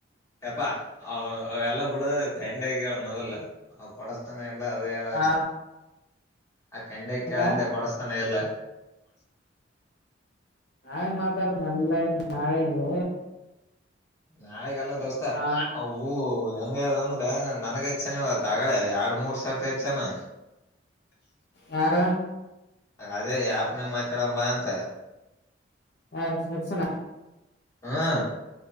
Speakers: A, on the left; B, on the left.
A: ಯಪ್ಪಾ ಅವ ಎಲ್ಲ ಬಿಡು ಕಂಡಗ ಮೊದಲ್ ಅವ ಕೊಡಸ್ತಾನೆ ಇಲ್ಲ ಇಲ್ಲ ಅದ ಹೇಳಳನ್
B: ಹಾ
A: ಆ ಕಂಡ
B: ಹಂಗ
A: ಕೇಳಂದೆ ಕೊಡಸ್ತಾನೆ ಎಲ್ಲ
B: ನಾಳೇ ಮಾತಾಡನೆಲ್ಲ ನಾಳೆಗೆ
A: ನಾಳಿಿಗೆಲ್ಲ ದೋಸ್ತ
B: ಹ
A: ಹೂ ಹೆಂಗಂದ್ರ ನನ್ಗೆ ಹೆಚ್ಚನ ಇವತ್ತು ಅಳೆ ಎರಡ್ ಮೂರ್ ಸಾವಿರದ ಹೆಚ್ಚನ
B: ಯಾರ
A: ಅದೇ ಯಪ್ನ ಮಾತಾಡ ಬಾ ಅಂತ
B: ಹ ಸಕ್ಷಣ
A: ಹಾ